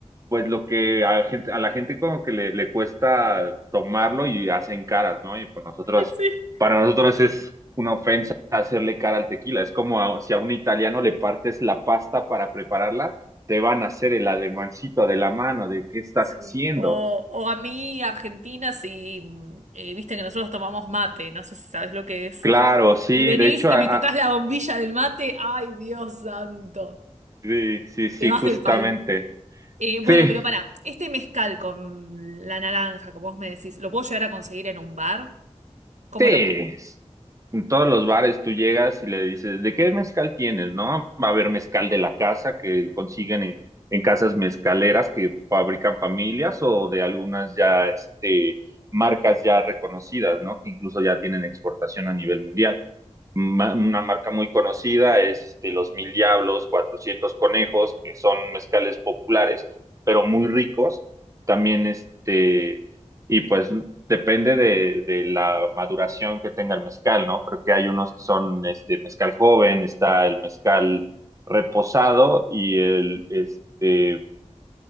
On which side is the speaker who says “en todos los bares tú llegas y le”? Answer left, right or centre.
Right